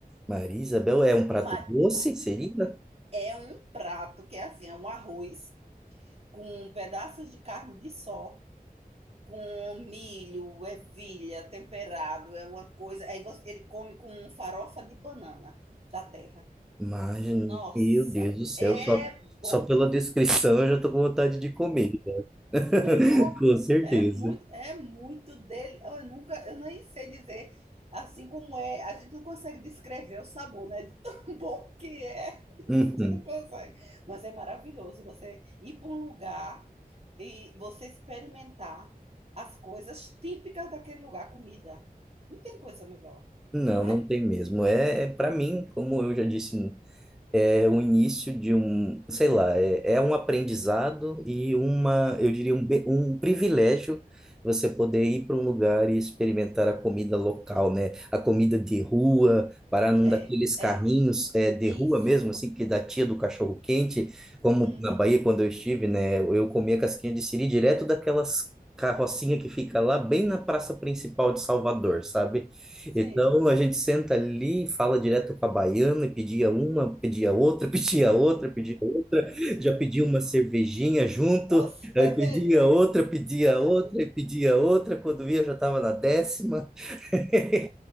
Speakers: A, in the centre; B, on the right.
A: Maria Isabel, é um prato
B: Mas
A: doce, seria?
B: é um prato que é assim, é um arroz com pedaços de carne de sol, com milho, ervilha, temperado, é uma coisa. Aí você- ele come com farofa de banana da terra.
A: Mas,
B: Nossa,
A: meu Deus do céu,
B: é
A: só,
B: bom.
A: só pela descrição eu já tô com vontade de comer. <laughs>
B: é muito bom.
A: Com certeza.
B: É muito, é muito dele. Eu nunca, eu nem sei dizer assim como é. A gente não consegue descrever o sabor, né? De <laughs> tão bom que é. A
A: Uhum.
B: gente não consegue. Mas é maravilhoso você ir para um lugar e você experimentar as coisas típicas daquele lugar, comida. Não tem coisa melhor,
A: Não,
B: né?
A: não tem mesmo. É, é para mim, como eu já disse é o início de um, sei lá, é, é um aprendizado e uma, eu diria, um, be- um privilégio você poder ir para um lugar e experimentar a comida local, né? A comida de rua, parar num
B: É,
A: daqueles
B: é.
A: carrinhos é, de
B: Isso.
A: rua mesmo, assim, que da tia do cachorro-quente, como
B: Uhum.
A: na Bahia, quando eu estive, né? Eu comia casquinha de siri direto daquelas carrocinha que fica lá bem na praça principal de Salvador, sabe?
B: Sim.
A: Então a gente senta ali, fala direto com a baiana, e pedia uma, pedia outra, <laughs> pedia outra, pedia outra, já pedia uma cervejinha junto,
B: Uma cerveja.
A: aí pedia outra,
B: <laughs>
A: pedia outra, e pedia outra, quando via já estava na décima. <laughs>